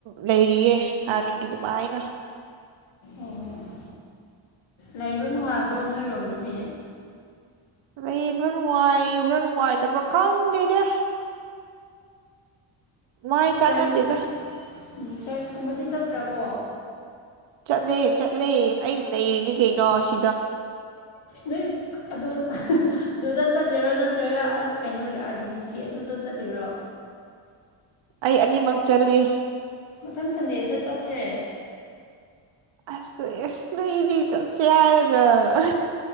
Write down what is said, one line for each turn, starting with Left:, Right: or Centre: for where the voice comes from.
Right: ꯂꯩꯔꯤꯌꯦ ꯍꯥꯟꯅꯒꯤ ꯗꯨꯃꯥꯏꯅ
Left: ꯑꯣ ꯂꯩꯕ ꯅꯨꯡꯉꯥꯏꯕ꯭ꯔꯣ ꯅꯣꯏꯔꯣꯝꯗꯗꯤ
Right: ꯂꯩꯕ ꯅꯨꯡꯉꯥꯏꯕ꯭ꯔꯥ ꯅꯨꯡꯉꯥꯏꯇꯕ꯭ꯔꯥ ꯈꯪꯗꯦꯗ ꯃꯥꯏ ꯆꯥꯅꯗꯦꯗ
Left: ꯆꯔꯆ ꯎꯝ ꯆ꯭ꯔꯁꯀꯨꯝꯕꯗꯤ ꯆꯠꯇ꯭ꯔꯕꯣ
Right: ꯆꯠꯂꯦ ꯆꯠꯂꯦ ꯑꯩ ꯅꯩꯔꯤꯅꯤ ꯀꯩꯅꯣ ꯁꯤ
Left: ꯅꯣꯏ ꯑꯗꯨ ꯑꯗꯨꯗ ꯆꯠꯂꯤꯔꯣ ꯅꯥ ꯇ꯭ꯔꯒ ꯑꯁ ꯀꯩꯅꯣꯒꯤ ꯑꯥꯔ ꯕꯤ ꯁꯤ ꯁꯤ ꯑꯗꯨꯗꯣ ꯆꯠꯂꯤꯔꯣ
Right: ꯑꯩ ꯑꯅꯤꯃꯛ ꯆꯜꯂꯤ
Left: ꯃꯊꯪ ꯁꯟꯗꯦꯗ ꯆꯠꯁꯦ
Right: ꯑꯁ ꯑꯦꯁ ꯂꯩꯗꯤ ꯆꯠ ꯁꯦ ꯍꯥꯏꯔꯒ ꯑꯥ